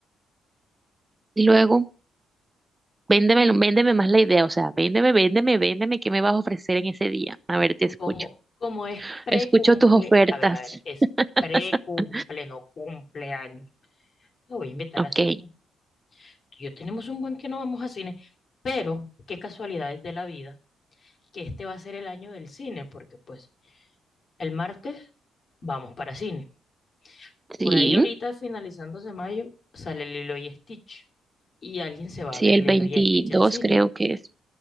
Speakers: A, on the right; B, on the left.
A: Y luego, véndeme, véndeme más la idea, o sea, véndeme, véndeme, véndeme qué me vas a ofrecer en ese día. A ver, te escucho.
B: ¿Cómo, cómo es precumple?
A: Escucho tus ofertas.
B: A ver, a ver, es
A: <laughs>
B: precumple, no cumpleaños. Lo voy a invitar
A: Ok,
B: a cine. Tú y yo tenemos un buen que no vamos a cine, pero qué casualidades de la vida que este va a ser el año del cine, porque pues el martes vamos para cine. Por
A: sí,
B: ahí ahorita, finalizándose mayo, sale Lilo y Stitch. Y alguien se va
A: sí,
B: a ver
A: el
B: Lilo
A: 22
B: y Stitch en cine.
A: creo que es.